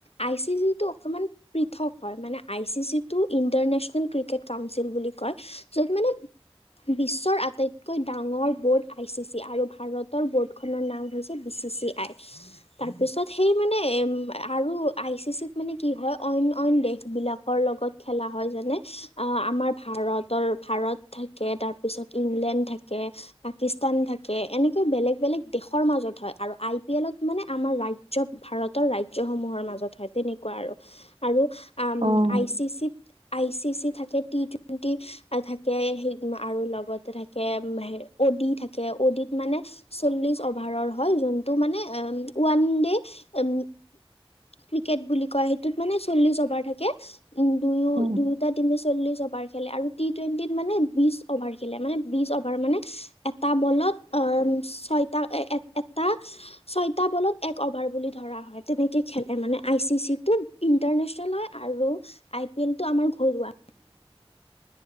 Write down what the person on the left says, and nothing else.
আই চি চিটো অক'মান প্ৰিথক হয় মানে আই চি চিটো নেশনেল‌ ক্ৰিকেট কাউনচিল বোলি কয় য'ত মানে বিশ্বৰ আটাইতকৈ ডাঙৰ বোৰ্ড আই চি চি আৰু ভাৰতৰ বোৰ্ডখনৰ নাম হৈছে বিশ্ব <unintelligible> আই তাৰ পিছত সেই মানে আৰু আই চি চিত মানে কি হয় অইন -অইন দেশবিলাকৰ লগত খেলা হয়, যেনে অ' আমাৰ ভাৰতৰ ভাৰত থাকে। তাৰপিছত ইংলেণ্ড থাকে পাকিস্তান থাকে এনেকৈও বেলেগ -বেলেগ দেশৰ মাজত হয় আৰু আই পি এলত মানে আমাৰ ৰাজ ৰাজ্য ভাৰতৰ ৰাজ্য সমূহৰ মাজত হয় তেনেকুৱা আৰু -আৰু আম
I C C I C C থাকে টি টুৱেণ্টি থাকে আৰু লগতে থাকে অ ডি দথাকে অডিত মানে চল্লিশ অভাৰৰ হয় যোনটো মানে ওৱান দে উম, ক্ৰিকেট বুলি কয় সেইটোত মানে চল্লিছ অভাৰ থাকে। উম, দুয়ো-
দুয়োটা তিমে চল্লিশ অভাৰ খেলে আৰু টি -টুৱেণ্টিত মানে বিছ অভাৰ খেলে মানে বিছ অভাৰ মানে এটা বলত এম ছয়টা এটা, ছয়টা বলত এক অভাৰ বুলি ধৰা হয় তেনেকে খেলে মানে আই চি চি টো ইন্টাৰনেচনেল হয় আৰু আই পি এল টো তোমাৰ ঘৰুৱা